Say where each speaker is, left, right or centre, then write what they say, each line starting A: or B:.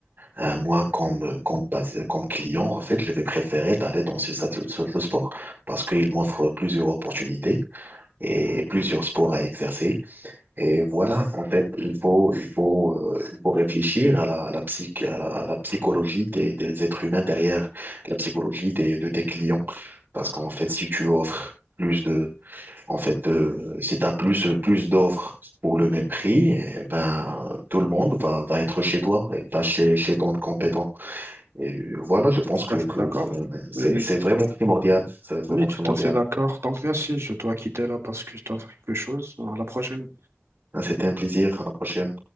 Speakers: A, on the right; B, on the right.
A: euh, moi, comme, euh, comme, pas- comme client, en fait, je vais préférer d'aller dans ce salle de salle de sport parce qu'il m'offre plusieurs opportunités et plusieurs sports à exercer. Et voilà, en fait, il faut, il faut, euh, il faut réfléchir à la, à la psych, à la, à la psychologie des, des êtres humains derrière la psychologie des, de tes clients. Parce qu'en fait, si tu offres plus de, en fait, euh, si t'as plus, euh, plus d'offres pour le même prix, eh ben, tout le monde va, va être chez toi et pas chez, chez ton compétent. Et euh, voilà, je pense
B: Tout
A: que,
B: à
A: que
B: fait d'accord.
A: euh, c'est
B: Oui, oui.
A: c'est vraiment primordial. C'est vraiment
B: Oui,
A: primordial.
B: tout à fait d'accord. Donc, merci, je dois quitter là parce que je dois faire quelque chose. À la prochaine.
A: C'était un plaisir. À la prochaine.